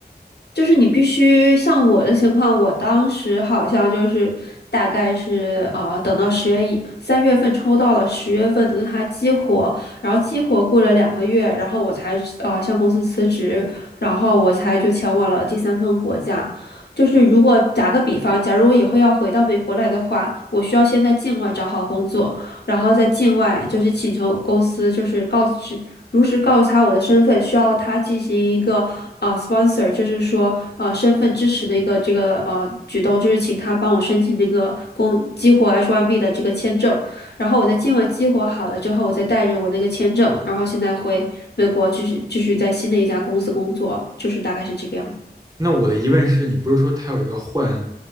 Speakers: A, on the left; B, on the right.
A: 就是你必须像我的情况，我当时好像就是大概是啊，等到十月一三月份抽到了，十月份等它激活，然后激活过了两个月，然后我才啊向公司辞职，然后我才就前往了第三份国家。就是如果打个比方，假如我以后要回到美国来的话，我需要先在境外找好工作，然后在境外就是请求公司就是告知如实告诉他我的身份，需要他进行一个呃 sponsor，就是说呃身份支持的一个这个呃举动，就是请他帮我申请这个工激活 H1B 的这个签证，然后我在境外激活好了之后，我再带着我那个签证，然后现在回美国继续继续在新的一家公司工作，就是大概是这个样子。
B: 那我的疑问是，你不是说它有一个换